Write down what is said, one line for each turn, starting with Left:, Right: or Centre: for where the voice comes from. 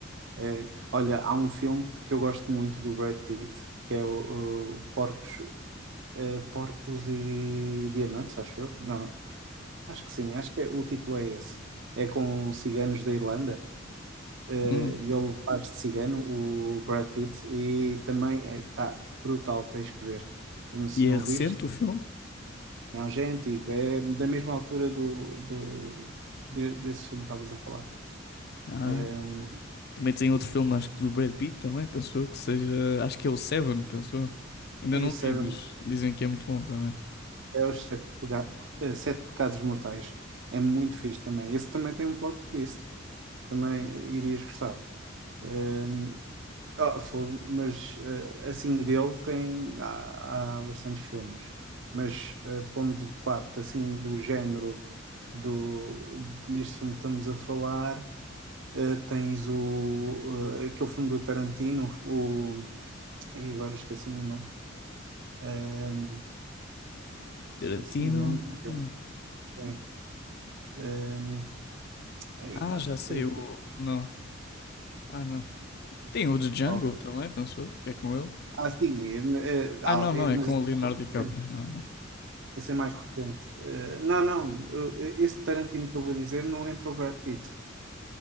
Right: É, olha, há um filme que eu gosto muito do Brad Pitt, que é o, o Porcos, eh, Porcos e Diamantes, acho eu. Não, acho que sim, acho que é- o título é esse. É com ciganos da Irlanda, eh,
Left: Hum,
Right: e ele faz de cigano, o Brad Pitt, e também está brutal, tens que ver. Se
Left: E é
Right: não
Left: recente
Right: viste.
Left: o filme?
Right: Não, já é antigo, é da mesma altura do, do, de- desse filme que estavas a falar.
Left: Ah,
Right: Um,
Left: também tem outro filme, acho que do Brad Pitt também, pensou eu, que seja, acho que é o Seven, pensou eu. Ainda
Right: e
Left: não
Right: o Seven,
Left: vi, mas dizem que é muito bom também.
Right: é os Sete, Pega- eh, Sete Pecados Mortais. É muito fixe também. Esse também tem um plot twist, também irias gostar. Um, ah, fogo, mas eh, assim dele tem, há, há bastantes filmes. Mas eh, pondo de parte assim do género do, deste filme que estamos a falar. eh, tens o, eh, aquele filme do Tarantino, o, ai, agora esqueci-me o nome. Ahm,
Left: Tarantino.
Right: esqueci-me o nome do filme.
Left: hum.
Right: Sim. Ahm, ai,
Left: Ah,
Right: pá,
Left: já sei,
Right: eh,
Left: o. Não. Ah, não. Tem o de Django
Right: qual?
Left: também, pensou eu, que é com ele.
Right: Ah, sim, eh, eh,
Left: Ah,
Right: ah,
Left: não, não,
Right: eh, mas
Left: é com
Right: esse
Left: o Leonardo
Right: é
Left: DiCaprio,
Right: recente,
Left: não, não.
Right: esse é mais recente. Eh, não, não, eu- esse Tarantino que eu vou dizer não entra o Brad Pitt.